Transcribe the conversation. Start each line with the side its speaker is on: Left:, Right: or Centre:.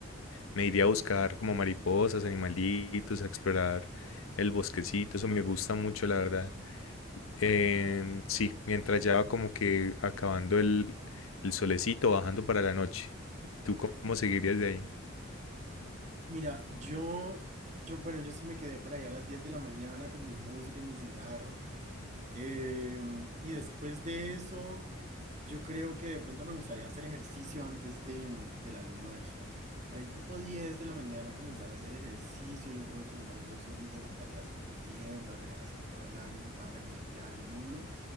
Left: me iría a buscar como mariposas, animalitos, a explorar el bosquecito, eso me gusta mucho, la verdad. Em, sí, mientras ya va como que acabando el, el solecito, bajando para la noche. ¿Y tú cómo seguirías de ahí?
Right: Mira, yo, yo, bueno, yo sí me quedé por ahí a las 10 de la mañana con mi música y mi cigarro. Em, y después de eso... Yo creo que de pronto me gustaría hacer ejercicio antes de, mm, del almuerzo. Por ahí tipo 10 de la mañana comenzar a hacer ejercicio. Yo creo que unas dos horitas estaría súper bien para tener así todo el ánimo y toda la energía del mundo.